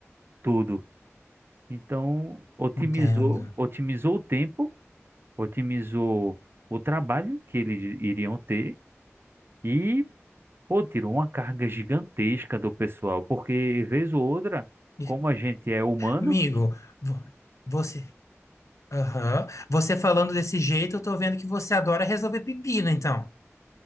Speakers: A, on the right; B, on the left.
A: tudo. Então, otimizou,
B: entendo.
A: otimizou o tempo, otimizou o trabalho que eles iriam ter e, pô, tirou uma carga gigantesca do pessoal, porque vez ou outra,
B: E,
A: como a gente é humano,
B: amigo, vo- você, aham, você falando desse jeito, eu tô vendo que você adora resolver pepino, então.